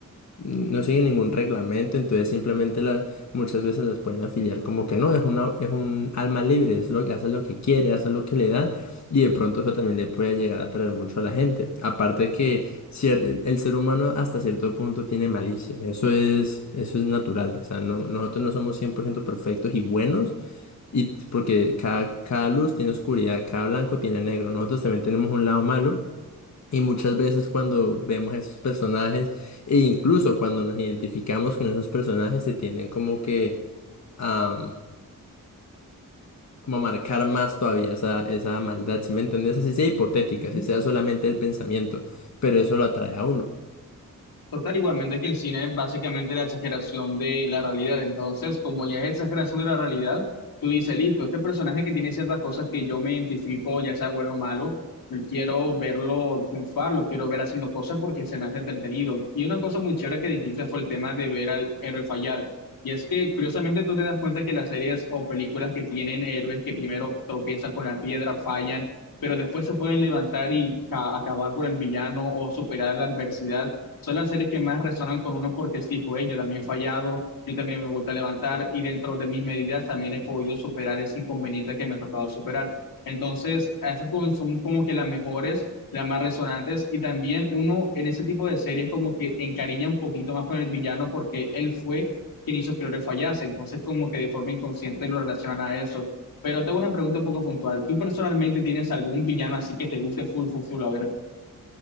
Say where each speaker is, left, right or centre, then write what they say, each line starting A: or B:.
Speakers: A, on the left (about 55°); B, on the left (about 85°).
A: no siguen ningún reglamento, entonces simplemente la- muchas veces las pueden afiliar como que no, es una, es un alma libre, es lo que hace lo que quiere, hace lo que le da, y de pronto eso también le puede llegar a traer mucho a la gente. Aparte que cier- el, el ser humano hasta cierto punto tiene malicia, eso es, eso es natural, o sea, no, nosotros no somos 100% perfectos y buenos, y porque cada, cada luz tiene oscuridad, cada blanco tiene negro, nosotros también tenemos un lado malo. Y muchas veces cuando vemos esos personajes, e incluso cuando nos identificamos con esos personajes, se tienden como que a, como a marcar más todavía esa, esa maldad, ¿sí me entendés? Así sea hipotética,
B: Ujú.
A: así sea solamente el pensamiento, pero eso lo atrae a uno.
B: Total, igualmente que el cine es básicamente la exageración de la realidad. Entonces, como ya es exageración de la realidad, tú dices, listo, este personaje que tiene ciertas cosas que yo me identifico, ya sea bueno o malo, y quiero verlo triunfar, lo quiero ver haciendo cosas porque se me hace entretenido. Y una cosa muy chévere que dijiste fue el tema de ver al héroe fallar. Y es que, curiosamente, tú te das cuenta que las series o películas que tienen héroes que primero tropiezan con la piedra, fallan, pero después se pueden levantar y ca- acabar con el villano o superar la adversidad son las series que más resonan con uno porque sí, pues yo también he fallado, yo también me gusta levantar y dentro de mis medidas también he podido superar ese inconveniente que me ha tocado superar. Entonces, esas como- son como que las mejores, las más resonantes y también uno en ese tipo de series como que encariña un poquito más con el villano porque él fue quien hizo que Lore fallase, entonces como que de forma inconsciente lo relacionan a eso. Pero tengo una pregunta un poco puntual. ¿Tú personalmente tienes algún villano así que te guste full, full, full? A ver.